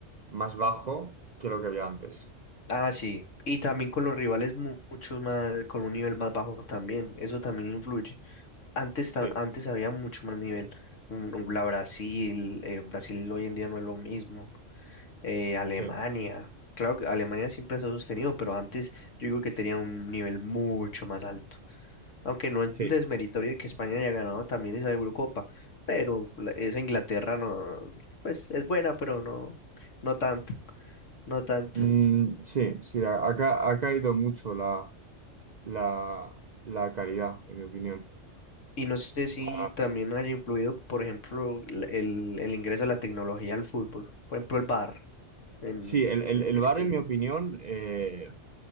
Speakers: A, on the right (about 50°); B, on the left (about 75°).
A: más bajo que lo que había antes.
B: Ah, sí. Y también con los rivales mu- mucho más, con un nivel más bajo también. Eso también influye. Antes,
A: Sí,
B: ta- antes había mucho más nivel. Un- un- La Brasil, eh, Brasil hoy en día no es lo mismo. Eh, Alemania.
A: sí,
B: Claro que Alemania siempre se ha sostenido, pero antes yo digo que tenía un nivel mucho más alto. Aunque no es
A: sí.
B: desmeritorio de que España haya ganado también esa Eurocopa, pero la- esa Inglaterra no, pues es buena, pero no, no tanto, no tanto.
A: Mm, sí, sí, ha, ha ca- ha caído mucho la, la, la calidad, en mi opinión.
B: Y no sé si
A: O sea,
B: también haya influido, por ejemplo, la- el, el ingreso de la tecnología al fútbol. Por ejemplo, el VAR. En,
A: sí, el, el,
B: eh,
A: el
B: eh,
A: VAR, en mi opinión, eh,